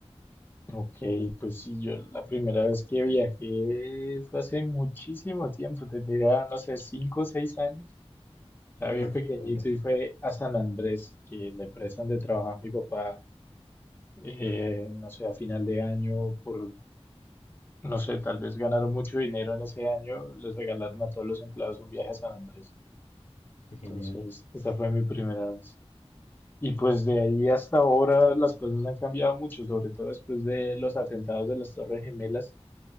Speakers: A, on the left; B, on the left.
A: Ok, pues sí, yo la primera vez que viajé fue hace muchísimo tiempo, tendría, no sé, cinco o seis años. Estaba
B: No,
A: bien pequeñito
B: con razón.
A: y fue a San Andrés, que la empresa donde trabajaba mi papá, eh, no sé, a final de año, por No sé, tal vez ganaron mucho dinero en ese año, les regalaron a todos los empleados un viaje a San Andrés.
B: Qué genial.
A: Entonces, esa fue mi primera vez. Y pues de ahí hasta ahora las cosas han cambiado mucho, sobre todo después de los atentados de las Torres Gemelas,